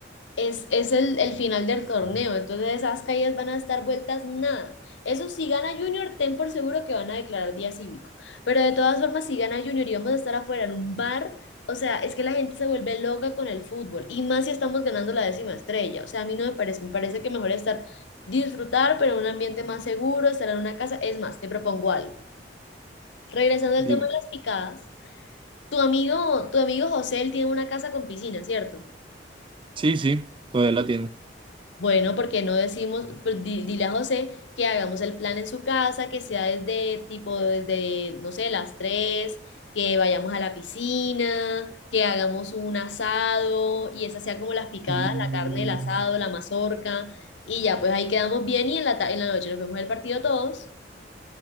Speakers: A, on the left; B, on the right.
A: es, es el, el final del torneo, entonces esas caídas van a estar vueltas nada. Eso si gana Junior, ten por seguro que van a declarar día cívico. Pero de todas formas, si gana Junior y vamos a estar afuera en un bar, o sea, es que la gente se vuelve loca con el fútbol y más si estamos ganando la décima estrella. O sea, a mí no me parece, me parece que mejor estar disfrutar, pero en un ambiente más seguro, estar en una casa. Es más, te propongo algo. Regresando al
B: Dime.
A: tema de las picadas, tu amigo, tu amigo José, él tiene una casa con piscina, ¿cierto?
B: Sí, sí, todavía la tiene.
A: Bueno, porque no decimos, pues, di- dile a José que hagamos el plan en su casa, que sea desde tipo, desde, no sé, las 3 que vayamos a la piscina, que hagamos un asado y esa sea como las picadas,
B: Mm,
A: la carne, el asado, la mazorca y ya, pues ahí quedamos bien y en la, ta- en la noche nos vemos el partido todos.